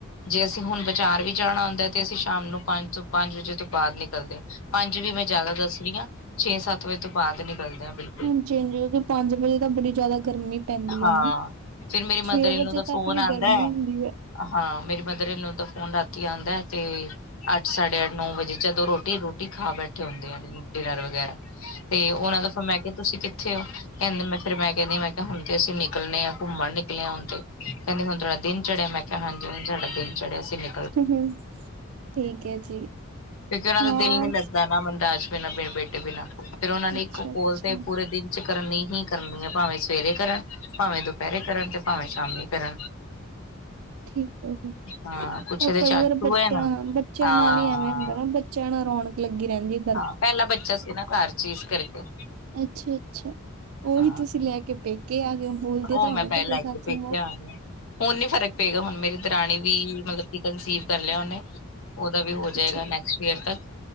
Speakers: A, on the left (about 70°); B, on the right (about 75°).
A: ਜੇ ਅਸੀਂ ਹੁਣ ਬਜਾਰ ਵੀ ਜਾਣਾ ਹੁੰਦਾ, ਤੇ ਅਸੀਂ ਸ਼ਾਮ ਨੂੰ ਪੰਜ ਤੋਂ ਪੰਜ ਵਜੇ ਤੋਂ ਬਾਹਰ ਨਿਕਲਦੇ ਹਾਂ। ਪੰਜ ਵੀ ਮੈਂ ਜ਼ਿਆਦਾ ਦੱਸ ਰਹੀ ਆਂ, ਛੇ ਸੱਤ ਵਜੇ ਤੋਂ ਬਾਅਦ ਨਿਕਲਦੇ ਆਂ ਬਿਲਕੁਲ।
B: ਹਾਂਜੀ-ਹਾਂਜੀ, ਉਹ ਪੰਜ ਵਜੇ ਤਾਂ ਬੜੀ ਜ਼ਿਆਦਾ ਗਰਮੀ ਪੈਂਦੀ
A: ਹਾਂ
B: ਆ ਨਾ,
A: ਫਿਰ ਮੇਰੀ ਮਦਰ
B: ਛੇ
A: ਇਨ
B: ਵਜੇ
A: ਲੋ ਦਾ ਫੋਨ
B: ਤੱਕ ਵੀ
A: ਆਂਦਾ
B: ਗਰਮੀ
A: ਹੈ।
B: ਹੁੰਦੀ ਐ।
A: ਹਾਂ, ਮੇਰੀ ਮਦਰ ਇਨ ਲੌਅ ਦਾ ਫੋਨ ਰਾਤੀ ਆਂਦਾ ਤੇ ਅੱਠ ਸਾਢੇ ਅੱਠ ਨੌ ਵਜੇ ਜਦੋਂ ਰੋਟੀ-ਰੁਟੀ ਖਾ ਬੈਠੇ ਹੁੰਦੇ ਆ, ਡਿਨਰ ਵਗੈਰਾ। ਤੇ ਉਹਨਾਂ ਦਾ ਫਿਰ ਮੈਂ ਕਿਹਾ ਤੁਸੀਂ ਕਿੱਥੇ ਹੋ, ਕਹਿੰਦੇ ਮ ਫਿਰ ਮੈਂ ਕਹਿੰਨੀ ਮੈਂ ਹੁਣ ਤੇ ਅਸੀਂ ਨਿਕਲਣੇ ਆਂ ਘੁੰਮਣ ਨਿਕਲੇ ਆਂ, ਹੁਣ ਤੇ ਕਹਿੰਦੀ ਹੁਣ ਤੁਹਾਡਾ ਦਿਨ ਚੜਿਆ, ਮੈਂ ਕਿਹਾ ਹਾਂਜੀ ਹੁਣ ਸਾਡਾ ਦਿਨ ਚੜਿਆ ਅਸੀਂ ਨੇ
B: <inaudible> ਠੀਕ
A: ਕਿਉਂਕਿ
B: ਹੈ ਜੀ
A: ਉਹਨਾ
B: ਹਾਂ
A: ਦਾ ਦਿਲ ਨੀ ਲੱਗਦਾ ਨਾ, <inaudible> ਤੇ ਬਿਨਾਂ ਫੇਰ ਉਹਨਾਂ ਨੇ
B: ਅੱਛਾ
A: ਇੱਕ
B: ਅੱਛਾ
A: ਕੋਲ ਤੇ ਪੂਰੇ ਦਿਨ ਚ ਕਰਨੀ ਹੀ ਕਰਨੀ ਆ, ਭਾਵੇਂ ਸਵੇਰੇ ਕਰਨ, ਭਾਵੇਂ ਦੁਪਹਿਰੇ ਕਰਨ, ਤੇ ਭਾਵੇਂ ਸ਼ਾਮੀ ਕਰਨ।
B: ਠੀਕ ਐ ਜੀ, ਫੇਰ
A: ਹਾਂ ਕੁਛ ਇਹਦੇ
B: ਕਈ
A: ਚਾਚੂ
B: ਵਾਰ ਬੱਚਾ
A: ਹੈ ਨਾ
B: ਬੱਚਿਆਂ
A: ਹਾਂ
B: ਨਾਲ ਹੀ ਐਵੇਂ ਹੁੰਦਾ ਨਾ ਫੇਰ ਬੱਚਿਆਂ ਨਾਲ ਰੌਣਕ ਲੱਗੀ ਰਹਿੰਦੀ ਐ।
A: ਹਾਂ, ਪਹਿਲਾ ਬੱਚਾ ਸੀ ਨਾ ਘਰ ਚ ਇਸ ਕਰਕੇ।
B: ਅੱਛਾ-ਅੱਛਾ, ਉਹੀ
A: ਹਾਂ
B: ਤੁਸੀਂ ਲੈ ਕੇ ਪੇਕੇ ਆ ਗਏ ਹੋ। ਬੋਲਦੇ
A: ਉਹ
B: ਤਾਂ
A: ਮੈਂ
B: ਹੋਣੇ
A: ਪੈ
B: ਤੁਹਾਡੇ
A: ਲੈ
B: ਸੱਸ
A: ਕੇ ਪੇਕੇ
B: ਮਾਂ
A: ਆ ਗਿਆ ਹੁਣ ਨੀ ਫਰਕ ਪਏਗਾ, ਹੁਣ ਮੇਰੀ ਦਰਾਣੀ ਵੀ ਮਤਲਬ ਕਨਸੀਵ ਕਰ ਲਿਆ ਉਹਨੇ, ਉਹਦਾ ਵੀ ਹੋ ਜਾਏਗਾ
B: ਅੱਛਾ
A: ਨੈਕਸਟ ਈਅਰ ਤੱਕ।